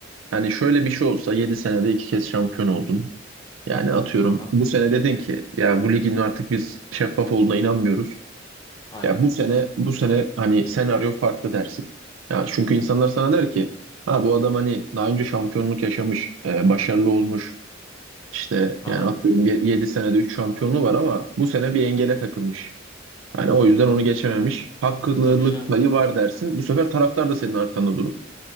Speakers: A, on the right; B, on the left.
A: Hani şöyle bir şey olsa 7 senede iki kez şampiyon oldun. Yani atıyorum
B: aha
A: bu sene dedin ki ya bu ligin artık biz şeffaf olduğuna inanmıyoruz.
B: aynen.
A: Ya bu sene bu sene hani senaryo farklı dersin. Ya çünkü insanlar sana der ki ha bu adam hani daha önce şampiyonluk yaşamış, e, başarılı olmuş. İşte
B: Aha
A: yani atıyorum 7 senede 3 şampiyonluğu var ama bu sene bir engele takılmış. Yani o yüzden onu geçememiş. Haklılık
B: tabii canım.
A: payı var dersin. Bu sefer taraftar da senin arkanda durur.